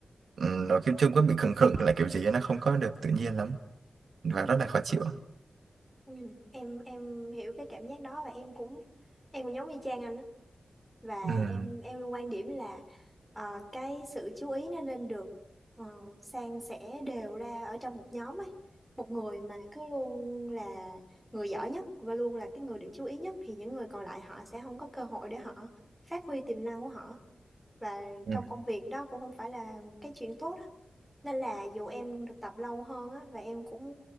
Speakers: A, on the right; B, in the centre.
A: um, nó kiểu chung có bị khựng khựng là kiểu gì ấy, nó không có được tự nhiên lắm và
B: ừ
A: rất là khó chịu
B: ừ. em em hiểu cái cảm giác đó và em cũng em cũng giống như Trang anh á và
A: ừ.
B: em em luôn quan điểm là ờ, cái sự chú ý nó nên được ờ, san sẻ đều ra ở trong một nhóm ấy một người mà cứ luôn là người giỏi nhất và luôn là cái người được chú ý nhất thì những người còn lại họ sẽ không có cơ hội để họ phát huy tiềm năng của họ và
A: Ừ.
B: trong công việc đó cũng không phải là một cái chuyện tốt á nên là dù em được tập lâu hơn á và em cũng